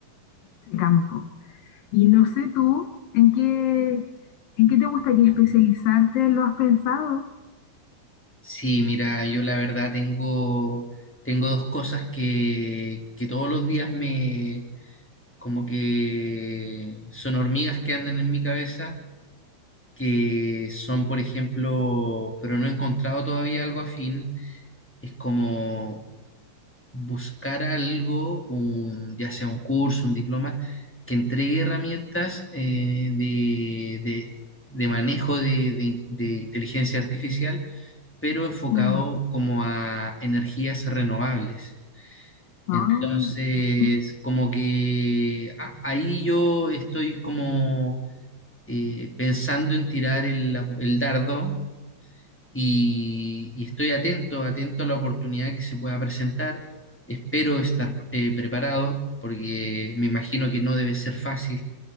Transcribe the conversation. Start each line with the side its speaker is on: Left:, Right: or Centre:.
Left: ese campo. Y no sé tú, ¿en qué, en qué te gustaría especializarte? ¿Lo has pensado?
Centre: Sí, mira, yo la verdad tengo, tengo dos cosas que, que todos los días me, como que son hormigas que andan en mi cabeza. que son, por ejemplo, pero no he encontrado todavía algo afín, es como buscar algo, un, ya sea un curso, un diploma, que entregue herramientas eh, de, de- de manejo de, de- de inteligencia artificial, pero enfocado
Left: Mm,
Centre: como a energías renovables.
Left: no,
Centre: Entonces,
Left: pues,
Centre: como que a- ahí yo estoy como eh, pensando en tirar el, la- el dardo y, y estoy atento, atento a la oportunidad que se pueda presentar. Espero estar eh, preparado porque me imagino que no debe ser fácil